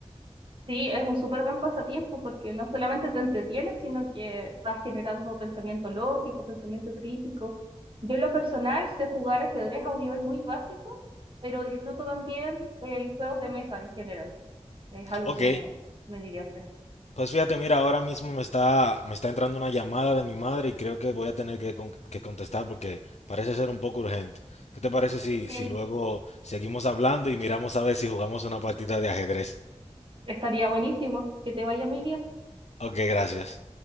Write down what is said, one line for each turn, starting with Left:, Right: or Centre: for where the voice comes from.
Right: Sí, es un súper buen pasatiempo porque no solamente te entretienes, sino que vas generando pensamiento lógico, pensamiento crítico. Yo en lo personal sé jugar ajedrez a un nivel muy básico, pero disfruto también eh, los juegos de mesa en general. Es algo
Left: Ok,
Right: que me, me divierte.
Left: pues fíjate, mira, ahora mismo me está, me está entrando una llamada de mi madre y creo que voy a tener que, con- que contestar porque parece ser un poco urgente. ¿Qué te parece si,
Right: Ok,
Left: si luego seguimos hablando y miramos a ver si jugamos una partida de ajedrez?
Right: estaría buenísimo. Que te vaya muy bien.
Left: O- ok, gracias.